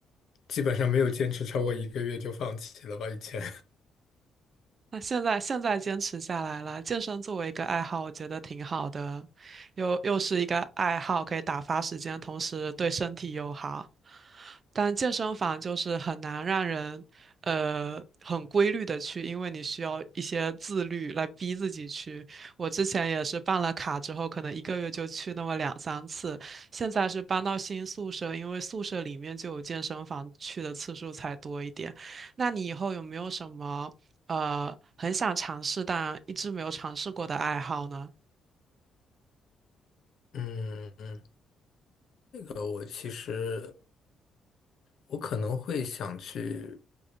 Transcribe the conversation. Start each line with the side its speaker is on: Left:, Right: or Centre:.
Left: 基本上没有坚持超过一个月就放弃了吧，以前。
Right: 那现在现在坚持下来了，健身作为一个爱好，我觉得挺好的，又又是一个爱好，可以打发时间，同时对身体又好。但健身房就是很难让人呃很规律的去，因为你需要一些自律来逼自己去。我之前也是办了卡之后，可能一个月就去那么两三次，现在是搬到新宿舍，因为宿舍里面就有健身房，去的次数才多一点。那你以后有没有什么？呃很想尝试但一直没有尝试过的爱好呢？
Left: <laughs> 嗯，嗯呃，我其实我可能会想去